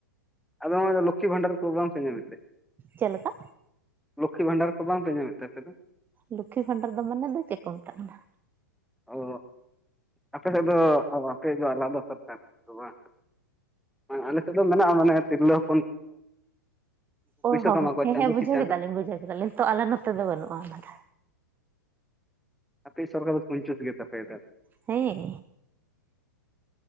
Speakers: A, in the centre; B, on the right.
A: ᱟᱫᱚ ᱱᱚᱜᱚᱭ ᱞᱚᱠᱠᱷᱤ ᱵᱷᱟᱱᱰᱟᱨ ᱠᱚ ᱵᱟᱝ ᱯᱮ ᱧᱟᱢᱮᱫ ᱛᱮ,
B: ᱪᱮᱫ ᱞᱮᱠᱟ
A: ᱞᱚᱠᱠᱷ ᱵᱷᱟᱱᱰᱟᱨ ᱠᱚ ᱵᱟᱝᱯᱮ ᱧᱟᱢᱮᱫ ᱛᱮ ᱟᱯᱮ ᱫᱚ,
B: ᱞᱚᱠᱠᱷᱤ ᱵᱷᱟᱱᱰᱟᱨ ᱫᱚ ᱢᱟᱱᱮ ᱫᱚ ᱪᱮᱫ ᱠᱚ ᱢᱮᱛᱟᱜ ᱠᱟᱱᱟ,
A: ᱚ ᱟᱯᱮ ᱥᱮᱫ ᱫᱚ ᱟᱯᱮ ᱫᱚ ᱟᱞᱟᱫᱟ ᱥᱚᱨᱠᱟᱨ ᱛᱚ ᱵᱟᱝ, ᱟᱨ ᱟᱞᱮ ᱥᱮᱫ ᱫᱚ ᱢᱮᱱᱟᱜᱼᱟ ᱢᱟᱱᱮ ᱛᱤᱨᱞᱟᱹ ᱦᱚ
B: ᱚ ᱦᱚᱸ
A: ᱠᱟᱢᱟᱣ ᱠᱚᱣᱟ
B: ᱦᱮᱸ
A: ᱪᱟᱸᱫᱳ
B: ᱦᱮᱸ ᱵᱩᱡᱷᱟᱹᱣ
A: ᱠᱤ ᱪᱟᱸᱫᱳ
B: ᱠᱮᱫᱟᱞᱤᱧ ᱵᱩᱡᱷᱟᱹᱣ ᱠᱮᱫᱟᱞᱤᱧ, ᱛᱚ ᱟᱞᱮ ᱱᱚᱛᱮ ᱫᱚ ᱵᱟᱹᱱᱩᱜᱼᱟ ᱚᱱᱟᱫᱚ,
A: ᱟᱯᱮ ᱭᱤᱡ ᱥᱚᱨᱠᱟᱨ ᱫᱚ ᱠᱩᱧᱡᱩᱥ ᱜᱮ ᱛᱟᱯᱮᱭᱟ ᱛᱟᱦᱞᱮ,
B: ᱦᱮᱸ